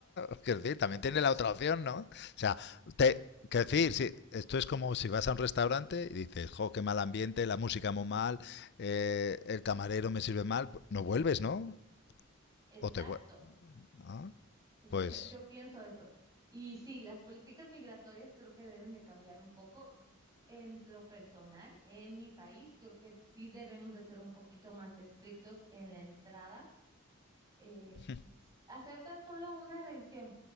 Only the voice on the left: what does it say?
<laughs> quiero decir, también tiene la otra opción, ¿no? O sea, te, quiero decir, si, esto es como si vas a un restaurante y dices, jo, qué mal ambiente, la música muy mal, eh, el camarero me sirve mal, pues, no vuelves, ¿no?
O te vuelves, ¿no?
Pues,
<laughs>